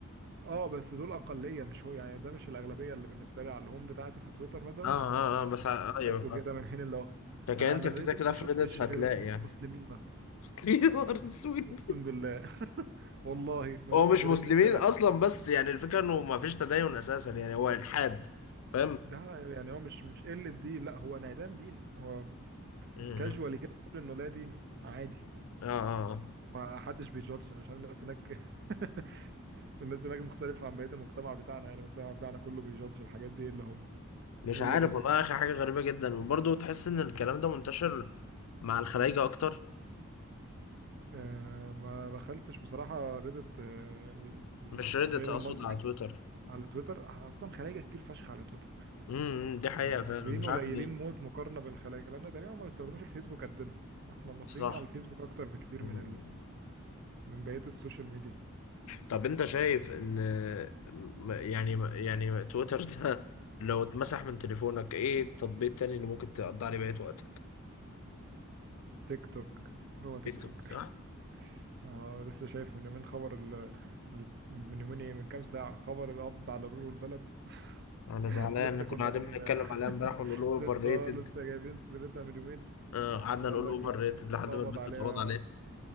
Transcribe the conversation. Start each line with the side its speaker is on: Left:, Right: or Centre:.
Right: اه بس دول اقليه مش هو يعني ده مش الاغلبيه اللي بالنسبه لي على الهوم بتاعتي في تويتر مثلا
Left: اه اه آه، بس ع- ايوه
Right: بيقدوا كده
Left: آه.
Right: من حين لاخر
Left: لكن
Right: انا
Left: انت
Right: على الريدت
Left: كده كده
Right: ما
Left: في
Right: شفتش
Left: ريدت هتلاقي
Right: غير اتنين
Left: يعني
Right: مسلمين مثلا
Left: <laughs> يا نهار اسود
Right: اقسم بالله <laughs> والله ما
Left: هو
Right: شفتش
Left: مش
Right: غير
Left: مسلمين
Right: اتنين تلاته
Left: اصلا بس يعني الفكره انه ما فيش تدين اساسا يعني هو الحاد فاهم
Right: ده يعني هو مش مش قلة دين لا هو انعدام دين هو
Left: م-
Right: كاجوالي
Left: م.
Right: كده بيقول انه لا ديني عادي
Left: اه اه
Right: ومحدش بيجادج انا مش عارف الناس هناك <laughs> الناس هناك مختلفة عن بقية المجتمع بتاعنا يعني المجتمع بتاعنا كله بيجادج الحاجات دي الا هم
Left: مش
Right: الا
Left: عارف
Right: ريدت
Left: والله يا اخي حاجه غريبه جدا وبرضه تحس ان الكلام ده منتشر مع الخلايجه اكتر
Right: آه ما دخلتش بصراحة ريدت آه ال- ال-
Left: مش ريدت
Right: غير
Left: اقصد
Right: المصري
Left: على تويتر
Right: على تويتر اصلا خلايجة كتير فشخ على تويتر
Left: امم دي حقيقه
Right: المصريين
Left: فعلا مش
Right: قليلين
Left: عارف ليه
Right: موت مقارنة بالخلايجة لان تقريبا ما بيستخدموش الفيسبوك قدنا احنا المصريين
Left: صح
Right: على الفيسبوك اكتر بكتير
Left: مم.
Right: من من بقية السوشيال ميديا
Left: طب انت شايف ان م- يعني يعني تويتر <laughs> ده لو اتمسح من تليفونك ايه التطبيق التاني اللي ممكن تقضي عليه بقية وقتك
Right: تيك توك هو تيك
Left: تيك
Right: توك
Left: توك صح
Right: <laughs> اه لسه شايف من يومين خبر ال... ال... من يومين ايه من كام ساعة خبر القبض على رول البلد
Left: انا زعلان
Right: <laughs> لسه
Left: احنا كنا
Right: كنا
Left: قاعدين
Right: بن
Left: بنتكلم
Right: <laughs>
Left: عليها امبارح ونقول اوفر
Right: لسه
Left: ريتد
Right: اه لسه جايبين سيرتها من يومين
Left: آه، قعدنا
Right: قال
Left: نقول
Right: لك
Left: اوفر ريتد لحد
Right: اتقبض
Left: ما البنت
Right: عليها
Left: اتقبض عليه